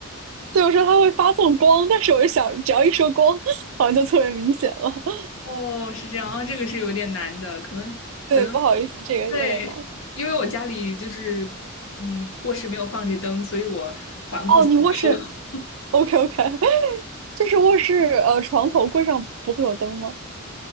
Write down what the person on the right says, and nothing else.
所以我说它会发送光，但是我就想，只要一说光，好像就特别明显了。<laughs>
对，不好意思，这个有点难。
哦，你卧室，OK OK，就是卧室呃床头柜上不会有灯吗？